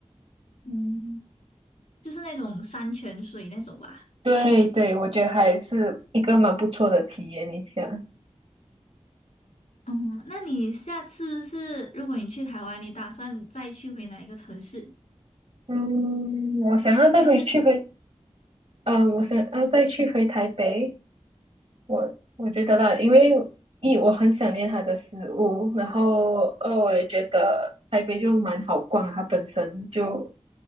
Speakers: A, on the left; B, on the right.
A: 嗯，就是那种山泉水那种吧。
B: 对对，我觉得还是一个蛮不错的体验一下。
A: 嗯，那你下次是，如果你去台湾，你打算再去回哪一个城市？
B: 嗯，我想要再回去回，
A: 还是，
B: 嗯、我想要再去回台北，我我觉得啦，因为一我很想念他的食物，然后二我也觉得台北就蛮好逛啊，它本身就